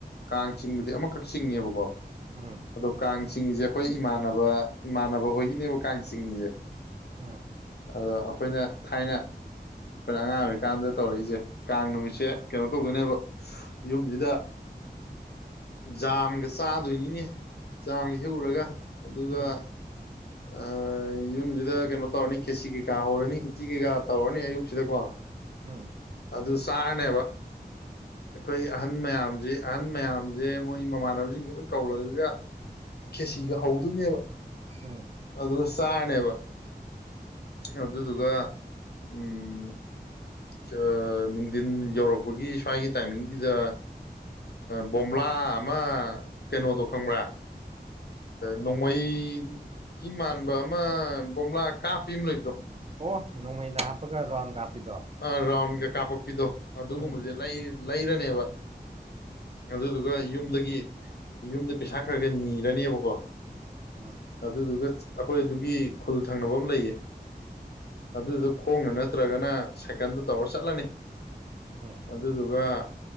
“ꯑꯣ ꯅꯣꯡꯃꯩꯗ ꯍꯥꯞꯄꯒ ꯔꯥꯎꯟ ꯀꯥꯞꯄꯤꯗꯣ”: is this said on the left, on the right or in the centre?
Right